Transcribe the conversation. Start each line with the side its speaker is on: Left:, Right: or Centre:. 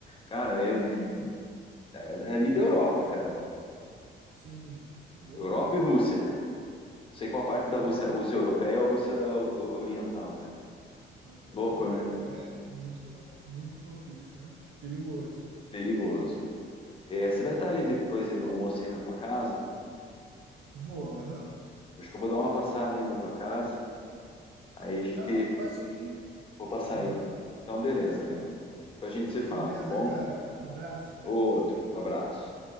Left: Cara, é, de- de- é é ali da Europa, cara.
Right: Sim, que louco,
Left: Europa
Right: né?
Left: e Rússia, cara. Não sei qual parte da
Right: Loucura.
Left: Rússia, a Rússia europeia ou a Rússia o- oriental, né?
Right: Aham.
Left: Louco, né?
Right: É, muito louco, muito louco isso, né? Perigoso.
Left: Perigoso. É, você vai estar aí depois aí do almoço aí na tua casa?
Right: Vou, aham.
Left: Acho que eu vou dar uma passada aí na tua casa. Aí a gente
Right: Tá, passe aqui.
Left: Vou passar
Right: Aham.
Left: aí. Então, beleza, mano. Depois A gente se fala,
Right: Beleza,
Left: tá bom?
Right: cara. Abraço, velho.
Left: Outro abraço.